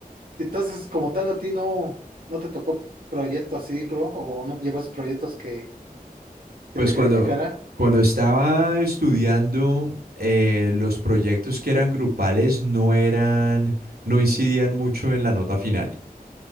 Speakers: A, on the right; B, on the right.
A: Entonces, como tal, a ti no, no te tocó proyecto así, bro, o no llevas proyectos que,
B: Pues
A: que te
B: cuando,
A: calificaran.
B: cuando estaba estudiando, eh, los proyectos que eran grupales no eran, no incidían mucho en la nota final.